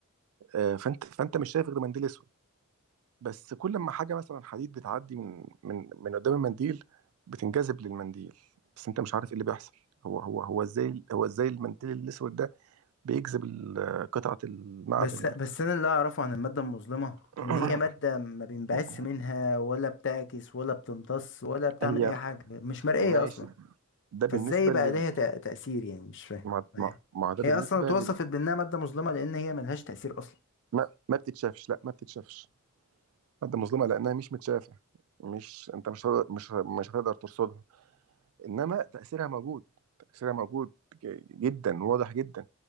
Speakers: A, on the right (about 80°); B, on the left (about 60°).
A: آه، فانت فانت مش شايف غير منديل اسود بس كل ما حاجة مثلا حديد بتعدي من من من قدام المنديل بتنجذب للمنديل بس انت مش عارف ايه اللي بيحصل هو هو هو ازاي هو ازاي المنديل الاسود ده بيجذب ال- قطعة المعدن
B: بس
A: دي
B: بس انا اللي اعرفه عن الماده المظلمه
A: <coughs>
B: ان هي ماده ما بينبعث منها
A: <clears throat>
B: ولا بتعكس ولا بتمتص ولا بتعمل
A: هي
B: اي حاجه مش مرئيه
A: ماشي
B: اصلا
A: ده بالنسبة
B: فازاي بقى
A: لل
B: ليها تأ- تاثير يعني مش فاهم
A: مع مع مع ده
B: هي
A: بالنسبة
B: اصلا اتوصفت
A: لل
B: بانها ماده مظلمه لان هي ملهاش تاثير اصلا
A: ما, ما بتتشافش لا ما بتتشافش مادة مظلمة لأنها مش متشافة مش انت مش هتقدر- مش مش هتقدر ترصدها انما تأثيرها موجود تأثيرها موجود ج- جدا واضح جدا